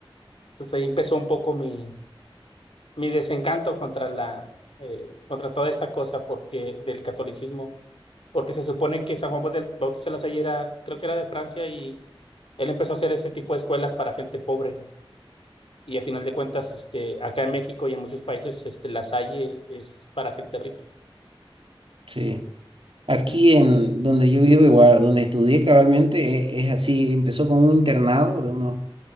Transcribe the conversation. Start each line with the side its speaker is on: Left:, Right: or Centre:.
Left: Entonces ahí empezó un poco mi, mi desencanto contra la, eh, contra toda esta cosa porque del catolicismo porque se supone que San Juan Baut- Bautista Lasalle era, creo que era de Francia y él empezó a hacer ese tipo de escuelas para gente pobre. Y a final de cuentas, este, acá en México y en muchos países, este, Lasalle es para gente rica.
Right: Sí. Aquí
Left: Ujú,
Right: en donde yo vivo igual, donde estudié cabalmente, e- es, así, empezó con un internado de unos